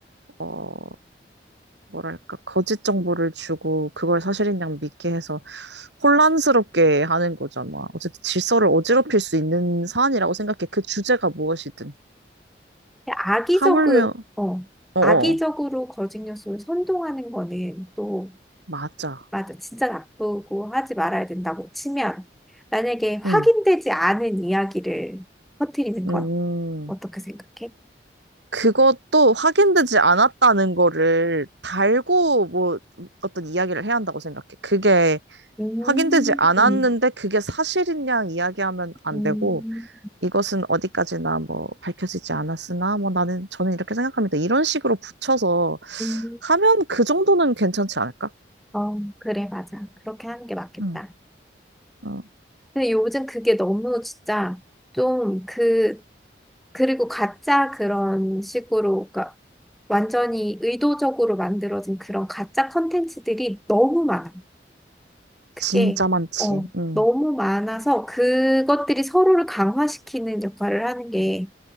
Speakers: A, on the right; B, in the centre.
A: 어, 뭐랄까, 거짓 정보를 주고, 그걸 사실인 양 믿게 해서 혼란스럽게 하는 거잖아. 어쨌든 질서를 어지럽힐 수 있는 사안이라고 생각해. 그 주제가 무엇이든.
B: 그냥 악의적으로,
A: 하물며,
B: 어,
A: 어어,
B: 악의적으로 거짓 요소를 선동하는 거는 또
A: 맞아.
B: 맞아. 진짜 나쁘고 하지 말아야 된다고 치면 만약에 확인되지
A: 응,
B: 않은 이야기를 퍼뜨리는 건
A: 음.
B: 어떻게 생각해?
A: 그것도 확인되지 않았다는 거를 달고 뭐 어떤 이야기를 해야 한다고 생각해. 그게
B: 음,
A: 확인되지 않았는데 그게 사실인 양 이야기하면 안
B: 음,
A: 되고 이것은 어디까지나 뭐 밝혀지지 않았으나 뭐 나는 저는 이렇게 생각합니다. 이런 식으로 붙여서
B: 음.
A: 하면 그 정도는 괜찮지 않을까?
B: 어, 그래, 맞아. 그렇게 하는 게 맞겠다.
A: 음. 어,
B: 근데 요즘 그게 너무 진짜 좀 그, 그리고 가짜 그런 식으로, 그러니까 완전히 의도적으로 만들어진 그런 가짜 컨텐츠들이 너무 많아. 그게,
A: 진짜 많지.
B: 어,
A: 음.
B: 너무 많아서 그것들이 서로를 강화시키는 역할을 하는 게